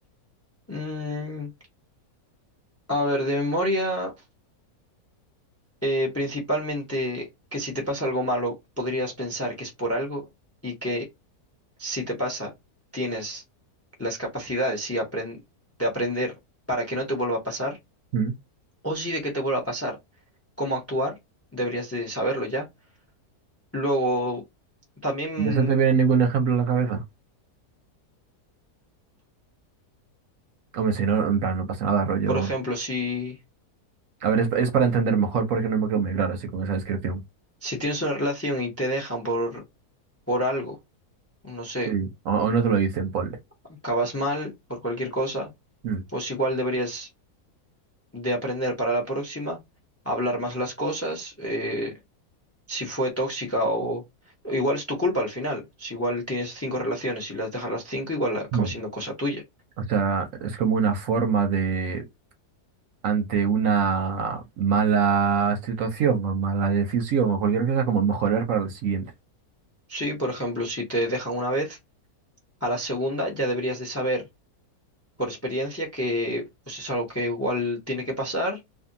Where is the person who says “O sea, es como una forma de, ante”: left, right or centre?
Right